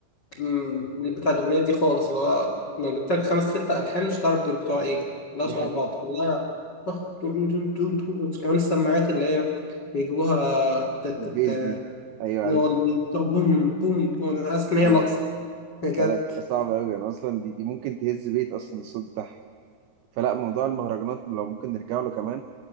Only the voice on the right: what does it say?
دي
حقيقة
البيز
دي أيوة
عارف
أيوة
لا لا بتبقى صعبة أوي أنا أصلا دي دي ممكن تهز بيت أصلا الصوت بتاعها فلا موضوع المهرجانات لو ممكن نرجع له كمان